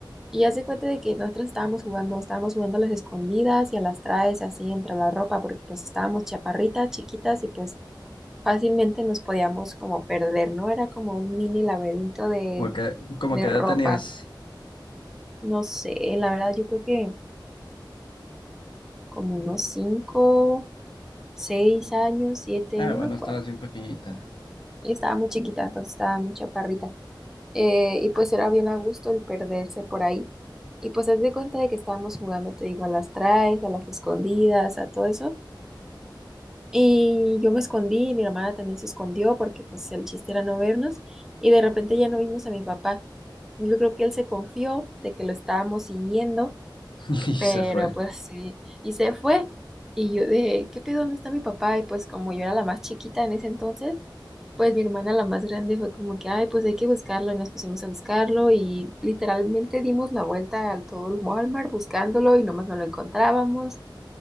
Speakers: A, in the centre; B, on the left.
A: Y hace cuenta de que nosotros estábamos jugando, estábamos jugando a las escondidas y a las traes así entre la ropa, porque pues estábamos chaparritas, chiquitas y pues fácilmente nos podíamos como perder, ¿no? Era como un mini laberinto de,
B: Como que, como
A: de
B: que
A: ropa.
B: edad tenías.
A: No sé, la verdad yo creo que como unos cinco, seis años, siete,
B: Ah,
A: no
B: bueno,
A: me acuerdo.
B: estabas bien pequeñita
A: Estaba muy chiquita, entonces estaba muy chaparrita. Eh, y pues era bien a gusto el perderse por ahí. Y pues haz de cuenta de que estábamos jugando, te digo, a las traes, a las escondidas, a todo eso. Y yo me escondí, y mi hermana también se escondió porque pues el chiste era no vernos y de repente ya no vimos a mi papá. Yo creo que él se confió de que lo estábamos siguiendo,
B: <laughs> y se
A: pero
B: fue.
A: pues sí, y se fue. Y yo de, ¿qué pedo? ¿Dónde está mi papá? Y pues como yo era la más chiquita en ese entonces, pues mi hermana la más grande fue como que, ay, pues hay que buscarlo y nos pusimos a buscarlo y literalmente dimos la vuelta a todo el Walmart buscándolo y nomás no lo encontrábamos.